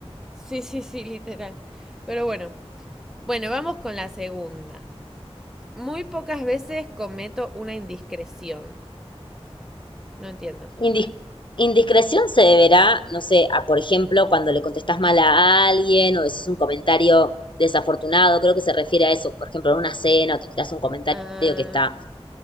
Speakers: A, in the centre; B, on the left.
A: Sí, sí, sí, literal. Pero bueno, bueno, vamos con la segunda. Muy pocas veces cometo una indiscreción. No entiendo.
B: Indis- Indiscreción se deberá, no sé, a por ejemplo, cuando le contestas mal a alguien o es un comentario desafortunado, creo que se refiere a eso, por ejemplo, en una cena o te tiras un comentario
A: Ah,
B: que está